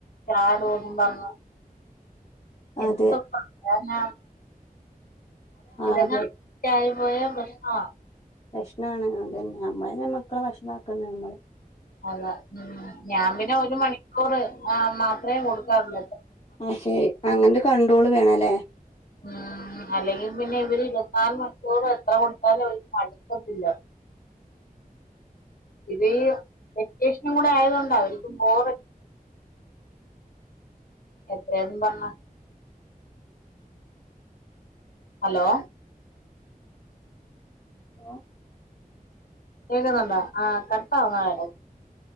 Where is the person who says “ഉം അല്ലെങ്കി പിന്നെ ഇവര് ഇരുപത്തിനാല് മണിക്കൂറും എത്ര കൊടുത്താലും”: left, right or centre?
Left